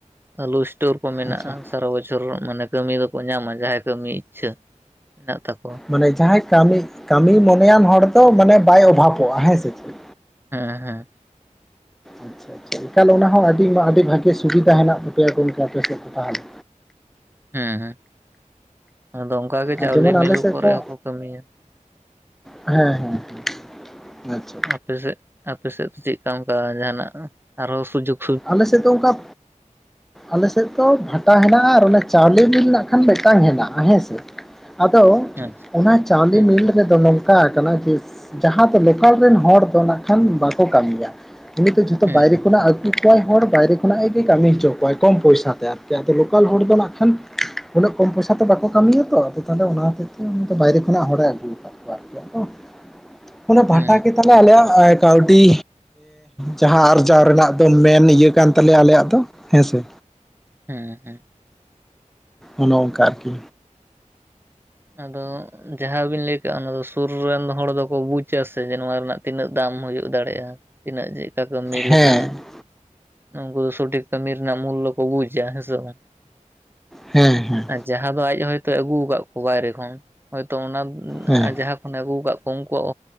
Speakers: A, on the right; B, in the centre.
A: ᱟᱹᱞᱩ ᱤᱥᱴᱳᱨ ᱠᱚ ᱢᱮᱱᱟᱜᱼᱟ᱾
B: ᱟᱪᱪᱷᱟ
A: ᱥᱟᱨᱟ ᱵᱚᱪᱷᱚᱨ ᱢᱟᱱᱮ ᱠᱟᱹᱢᱤ ᱫᱚᱠᱚ ᱧᱟᱢᱟ ᱡᱟᱦᱟᱸᱭ ᱠᱟᱹᱢᱤ ᱤᱪᱪᱷᱟᱹ ᱢᱮᱱᱟᱜ ᱛᱟᱠᱚᱣᱟ᱾
B: ᱢᱟᱱᱮ ᱡᱟᱦᱟᱸᱭ ᱠᱟᱹᱢᱤ ᱠᱟᱹᱢᱤ ᱢᱚᱱᱮᱭᱟᱱ ᱦᱚᱲ ᱫᱚ ᱢᱟᱱᱮ ᱵᱟᱭ ᱚᱵᱷᱟᱵᱚᱜᱼᱟ ᱦᱮᱸ ᱥᱮ ᱪᱮᱫ?
A: ᱦᱮᱸ ᱦᱮᱸ᱾
B: ᱟᱪᱪᱷᱟ ᱟᱪᱪᱷᱟ ᱮᱠᱟᱞ ᱚᱱᱟ ᱦᱚᱸ ᱟᱹᱰᱤ ᱟᱹᱰᱤ ᱵᱷᱟᱜᱮ ᱥᱩᱵᱤᱫᱷᱟ ᱢᱮᱱᱟᱜ ᱛᱟᱯᱮᱭᱟ ᱜᱚᱝᱠᱮ ᱟᱯᱮ ᱥᱮᱫ ᱫᱚ ᱛᱟᱦᱞᱮ?
A: ᱦᱮᱸ ᱦᱮᱸ ᱟᱫᱚ ᱚᱱᱠᱟ ᱜᱮ ᱪᱟᱣᱞᱮ
B: ᱟᱨ ᱡᱮᱢᱚᱱ
A: ᱢᱤᱞ
B: ᱟᱞᱮ ᱥᱮᱫ
A: ᱠᱚᱨᱮ
B: ᱫᱚ
A: ᱦᱚᱸᱠᱚ ᱠᱟᱹᱢᱤᱭᱟ᱾
B: ᱦᱮᱸ ᱦᱮᱸ ᱟᱪᱪᱷᱟ,
A: ᱟᱯᱮᱥᱮᱫ ᱟᱯᱮᱥᱮᱫ ᱫᱚ ᱪᱮᱫᱠᱟ ᱚᱱᱠᱟ ᱡᱟᱦᱟᱱᱟᱜ ᱟᱨᱦᱚ ᱥᱩᱡᱳᱜ
B: ᱟᱞᱮ ᱥᱮᱫ ᱫᱚ ᱚᱱᱠᱟ, ᱟᱞᱮᱥᱮᱫ ᱫᱚ ᱵᱷᱟᱴᱟ ᱦᱮᱱᱟᱜᱼᱟ ᱟᱨ ᱚᱱᱮ ᱪᱟᱣᱞᱮ ᱢᱤᱞ ᱱᱟᱜ ᱠᱷᱟᱱ ᱢᱤᱫᱴᱟᱝ ᱦᱮᱱᱟᱜᱼᱟ ᱦᱮᱸᱥᱮ? ᱟᱫᱚ,
A: ᱟᱪᱪᱷᱟ,
B: ᱚᱱᱟ ᱪᱟᱣᱞᱮ
A: ᱦᱮᱸ
B: ᱢᱤᱞ ᱨᱮᱫᱚ ᱱᱚᱝᱠᱟ ᱠᱟᱱᱟ ᱡᱮ, ᱡᱟᱦᱟᱸ ᱫᱚ ᱞᱳᱠᱟᱞ ᱨᱮᱱ ᱦᱚᱲ ᱫᱚ ᱱᱟᱜ ᱠᱷᱟᱱ ᱵᱟᱠᱚ ᱠᱟᱹᱢᱤᱭᱟ ᱩᱱᱤ ᱫᱚ ᱡᱷᱚᱛᱚ
A: ᱦᱮᱸ
B: ᱵᱟᱭᱨᱮ ᱠᱷᱚᱱᱟᱜ ᱟᱹᱜᱳ ᱚᱠᱚᱭ ᱦᱚᱲ ᱵᱟᱭᱨᱮ ᱠᱷᱚᱱᱟᱜ ᱜᱮ ᱠᱟᱹᱢᱤ ᱦᱚᱪᱚ ᱠᱚᱣᱟᱭ ᱠᱚᱢ ᱯᱚᱭᱥᱟ ᱛᱮ ᱟᱨᱠᱤ ᱟᱫᱚ ᱞᱳᱠᱟᱞ ᱦᱚᱲ ᱫᱚ ᱱᱟᱜ ᱠᱷᱟᱱ, ᱩᱱᱟᱹᱜ ᱠᱚᱢ ᱯᱚᱭᱥᱟ ᱛᱮ ᱵᱟᱠᱚ ᱠᱟᱹᱢᱤᱭᱟᱛᱚ ᱛᱟᱦᱚᱞᱮ ᱚᱱᱟ ᱦᱚᱛᱮᱡ ᱛᱮ ᱩᱱᱤ ᱫᱚ ᱵᱟᱭᱨᱮ ᱠᱷᱚᱱᱟᱜ ᱦᱚᱲᱮ ᱟᱹᱜᱩ ᱟᱠᱟᱫ ᱠᱚᱣᱟ ᱟᱨᱠᱤ᱾
A: <inaudible>
B: ᱟᱫᱚ ᱚᱱᱟ ᱵᱷᱟᱴᱟ
A: ᱦᱮᱸ
B: ᱜᱮ ᱛᱟᱞᱮ ᱟᱞᱮᱭᱟᱜ ᱠᱟᱹᱣᱰᱤ ᱡᱟᱦᱟᱸ ᱟᱨᱡᱟᱣ ᱨᱮᱱᱟᱜᱼᱼ ᱢᱮᱱ ᱤᱭᱟᱹ ᱠᱟᱱ ᱛᱟᱞᱮᱭᱟ ᱟᱞᱮᱭᱟᱜ ᱫᱚ ᱦᱮᱸ ᱥᱮ?
A: ᱦᱮᱸ ᱦᱮᱸ,
B: ᱚᱱᱚ ᱚᱱᱠᱟ ᱟᱨᱠᱤ?
A: ᱟᱫᱚ ᱡᱟᱦᱟᱸ ᱡᱟᱦᱟᱸ ᱵᱤᱱ ᱞᱟᱹᱭ ᱠᱟᱜᱼᱟ ᱚᱱᱟ ᱫᱚ ᱥᱩᱨ ᱨᱮᱱ ᱦᱚᱲ ᱫᱚᱠᱚ ᱵᱩᱡ ᱟ ᱥᱮᱪᱮ ᱱᱚᱣᱟ ᱨᱮᱱᱟᱜ ᱛᱤᱱᱟᱹᱜ ᱫᱟᱢ ᱦᱩᱭᱩᱜ ᱫᱟᱲᱮᱭᱟᱜᱼᱟ? ᱛᱤᱱᱟᱹᱜ ᱪᱮᱫᱠᱟ ᱠᱟᱹᱢᱤ
B: ᱦᱮᱸ
A: ᱞᱮᱠᱷᱟᱱᱼᱼ ᱩᱱᱠᱩ ᱫᱚ ᱥᱚᱴᱤᱠ ᱠᱟᱹᱢᱤᱤ ᱨᱮᱱᱟᱜ ᱢᱩᱞᱞᱟ ᱠᱚ ᱵᱩᱡᱼᱟ ᱦᱮᱸᱥᱮ ᱵᱟᱝ᱾
B: ᱦᱮᱸ, ᱦᱮᱸ
A: ᱟᱨ ᱡᱟᱦᱟᱸ ᱫᱚ ᱟᱡ ᱦᱚᱭᱛᱳ ᱟᱹᱜᱩ ᱟᱠᱟᱫ ᱠᱚᱣᱟ ᱵᱟᱭᱨᱮ ᱠᱷᱚᱱ ᱦᱚᱭᱛᱚ ᱚᱱᱟ
B: ᱦᱮᱸ
A: ᱡᱟᱦᱟᱸ ᱠᱷᱚᱱᱮ ᱟᱹᱜᱩ ᱟᱠᱟᱫ ᱠᱚᱣᱟ᱾ ᱩᱱᱠᱩᱣᱟᱜ